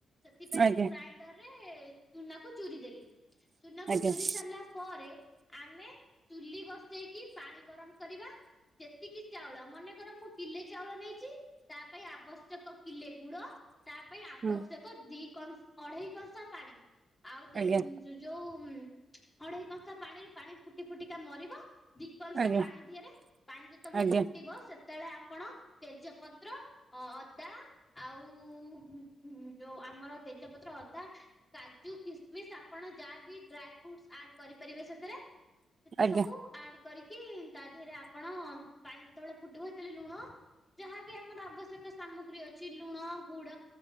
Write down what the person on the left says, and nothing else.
ସେଥିପାଇଁ
ମୁଁ ଗ୍ରାଇଣ୍ଡର ରେ ଚୂନାକୁ ଚୁରି ଦେଲି ଚୁନା କୁ
ଚୁରି ସାରିଲା ପରେ ଆମେ ଚୁଲି ବସେଇକି ପାଣି ଗରମ କରିବା ଯେତିକି ଚାଉଳ ମନେ କର ମୁଁ କିଲେ ଚାଉଳ ନେଇଛି ତା ପାଇଁ ଆବଶ୍ୟକ କିଲେ ଗୁଡ ତା ପାଇଁ
ଆବଶ୍ୟକ କ ଦି କସ୍ ଅଢେଇ କଂସା ପାଣି ଆଉ ଦେଢ଼
ଯୁ ଯୋଉ ଅଢେଇ କଂସା ପାଣିରୁ ପାଣି ଫୁଟି ଫୁଟିକା ମରିବ ଦିକଂସା
ପାଣି ଧିରେ ପାଣି ଯେତେବେଳେ
ଫୁଟିବ ସେ ତେବେଳେ ଆପଣ ତେଜପତ୍ର ଅଦା ଆଉ ହୁଁ ଯୋଉ ଆମର ତେଜପତ୍ର ଅଦା କାଜୁ କିସମିସ୍ ଆପଣ ଯାହା ବି ଡ୍ରାଏ ଫ୍ରୁଟସ୍ ଆଡ କରିପାରିବେ ସେଥିରେ ଯେତେ
ସବୁ ଆଡ କରିକି ତା ଦେହରେ ଆପଣ ପାଣି ଯେତେବେଳେ ଫୁଟିବ ହେତେଲେ ଲୁଣ ଯାହାବି ଆମର ଆବଶ୍ୟକ ସାମଗ୍ରୀ ଅଛି ଲୁଣ ଗୁଡ